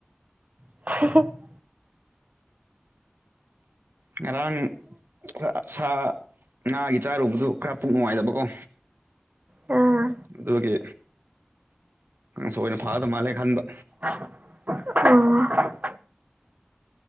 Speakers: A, on the right (about 40°); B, on the right (about 60°).
A: <unintelligible>
B: ꯉꯔꯥꯡ ꯈꯔ ꯁꯥ ꯉꯥꯒꯤ ꯆꯥꯔꯨꯕꯗꯨ ꯈꯔ ꯄꯨꯛ ꯅꯨꯡꯉꯥꯏꯇꯕꯀꯣ
A: ꯑꯥ
B: ꯑꯗꯨꯒꯤ ꯅꯪꯁꯨ ꯑꯣꯏꯅ ꯐꯥꯗ ꯃꯥꯜꯂꯦ ꯈꯟꯕ
A: ꯑ ꯑꯣ